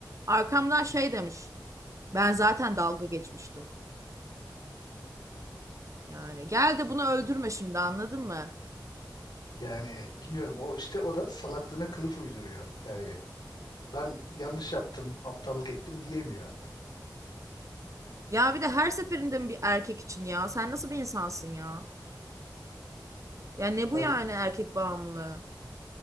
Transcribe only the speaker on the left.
Yani bilmiyorum o işte o da salaklığına kılıf uyduruyor. Yani ben yanlış yaptım, aptallık ettim diyemiyor.
Ya,